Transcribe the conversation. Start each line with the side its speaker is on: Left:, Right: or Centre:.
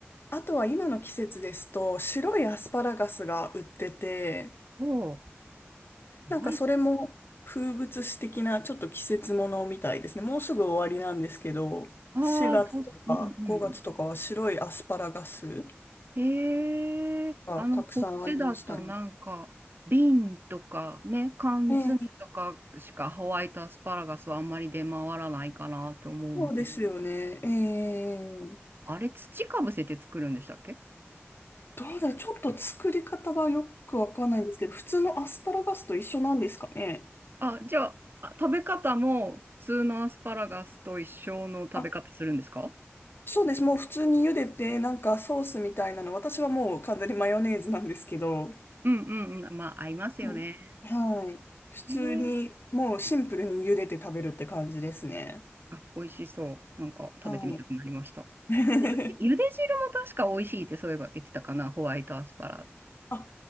Left: あとは今の季節ですと、白いアスパラガスが売ってて、
Right: う。おー
Left: なんかそれも風物詩的なちょっと季節ものみたいですね。
Right: はい。
Left: もうすぐ終わりなんですけど、
Right: ああ、
Left: 4月とか5月とかは白いアスパラガス
Right: こうんうん。へえ、
Left: がたくさんありましたね。
Right: あの、こっちだとなんか、瓶とかね、缶詰とかしかホワイトアスパラガスはあんまり出回らないかなって思うんですけど。
Left: ええ、そうですよね。ええ、
Right: あれ、土かぶせて作るんでしたっけ
Left: どうだちょっと作り方はよくわかんないんですけど、普通のアスパラガスと一緒なんですかね。
Right: あ、じゃあ、あ食べ方も普通のアスパラガスと一緒の食べ方するんですか
Left: あ、そうです。もう普通に茹でて、なんかソースみたいなの、私はもう完全にマヨネーズなんですけど、
Right: うんうんうん。まあ、合いますよね。
Left: うんはい。普通に、
Right: えー、
Left: もうシンプルに茹でて食べるって感じですね。
Right: あ、美味しそう。なんか食べてみたくなりました。
Left: はい。<laughs>
Right: ゆで汁も確か美味しいってそういえば言ってたかな、ホワイトアスパラ。
Left: あ、